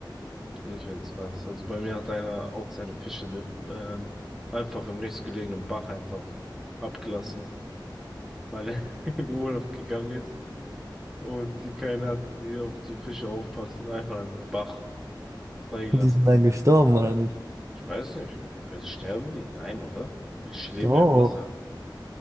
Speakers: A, in the centre; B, on the right (about 40°).
A: Ich find's krass. Also bei mir hat einer auch seine Fische ähm, einfach im nächstgelegenen Bach einfach abgelassen, weil er <laughs> in Urlaub gegangen ist und die keinen hatten, die auf die Fische aufpassen. Einfach im Bach freigelassen.
B: Und die sind dann gestorben, oder nicht?
A: Ich weiß nicht. Sterben die? Nein, oder? Fische leben
B: Doch.
A: ja im Wasser.